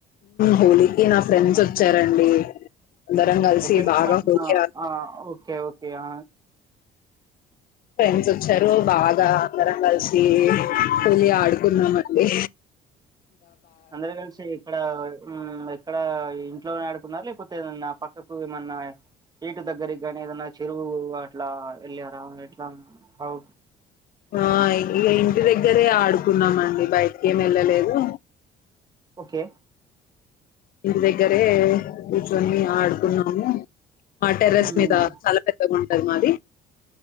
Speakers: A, on the left; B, on the right.
A: హోలీకి నా ఫ్రెండ్స్ వచ్చారండి. అందరం కలిసి
B: ఎక్కనుంచి
A: బాగా
B: మే
A: హోలీ
B: అ
A: ఆ
B: అ ఓకే ఓకే అ.
A: ఫ్రెండ్స్ వచ్చారు బాగా అందరం కలిసి హోలీ ఆడుకున్నాంమండి.
B: అందరు కలిసి ఇక్కడ ఉమ్ ఎక్కడ. ఇంట్లోనే ఆడుకున్నారా లేకపోతే ఏదన్నా పక్కకు ఏమన్నా, ఏటు దగ్గరికి గానీ ఏదన్నా చెరువు అట్లా వెళ్ళారా ఎట్లా హౌ.
A: ఆ ఇగ ఇంటి దగ్గరే ఆడుకున్నామండి, బయటికి ఏమి ఏళ్లలేదు.
B: ఓకే
A: ఇంటి దగ్గరే కూర్చొని ఆడుకున్నాము. మా టెర్రెస్
B: మ్మ్
A: మీద చాలా పెద్దగా ఉంటుంది. టది మాది.